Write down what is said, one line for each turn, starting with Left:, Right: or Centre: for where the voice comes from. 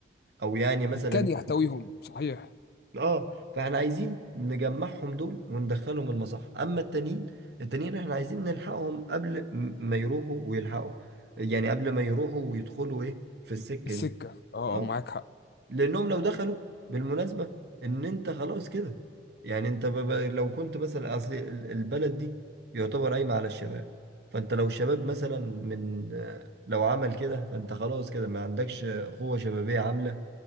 Right: او يعني مثلا
Left: مكان يحتويهم صحيح
Right: اه فاحنا عايزين نجمعهم دول وندخلهم المصح اما التانيين التانيين احنا عايزين نلحقهم قبل م- ما يروحوا ويلحقوا يعني قبل ما يروحوا ويدخلوا ايه في السكة
Left: السكة
Right: دي
Left: اه
Right: اه
Left: آه، معاك حق
Right: لانهم لو دخلوا بالمناسبة ان انت خلاص كده يعني انت ب- ب- لو كنت مثلا اصل ال- البلد دي يعتبر قايمة على الشباب فانت لو شباب مثلا من آه، لو عمل كده فانت خلاص كده ما عندكش قوة شبابية عاملة